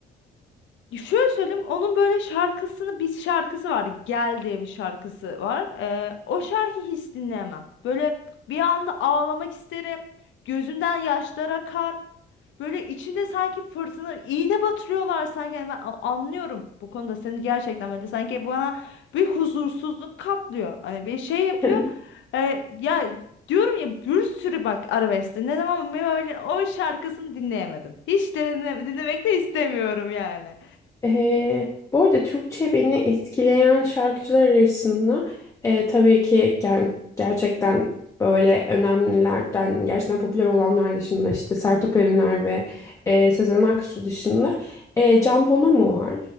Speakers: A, on the left; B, on the left.
A: şöyle söyleyeyim onun böyle şarkısını bir şarkısı var Gel diye bir şarkısı var. Ee, o şarkıyı hiç dinleyemem. Böyle bir anda ağlamak isterim. Gözümden yaşlar akar. Böyle içinde sanki fırtına iğne batırıyorlar sanki Yani ben a- anlıyorum bu konuda seni gerçekten böyle sanki bana bir huzursuzluk kaplıyor. Hani bir şey yapıyor.
B: <laughs>
A: Ee, ya diyorum ya bir sürü bak arabesk dinledim ama ben öyle o şarkısını dinleyemedim. Hiç dinle- dinlemek de istemiyorum yani.
B: Ee, bu arada Türkçe beni etkileyen şarkıcılar arasında e, tabii ki ger- gerçekten böyle önemlilerden, gerçekten popüler olanlar dışında işte Sertab Erener ve e, Sezen Aksu dışında e, Can Bonomo var.